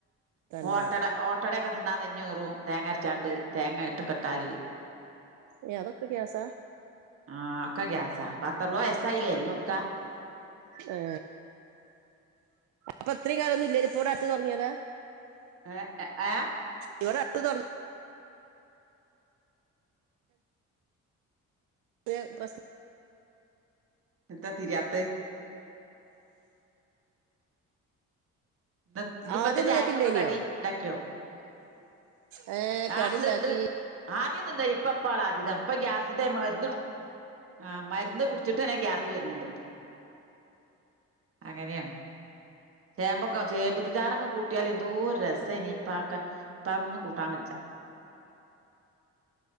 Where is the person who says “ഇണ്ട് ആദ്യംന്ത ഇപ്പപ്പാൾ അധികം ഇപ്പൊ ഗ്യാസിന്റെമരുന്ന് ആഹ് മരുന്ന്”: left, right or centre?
Right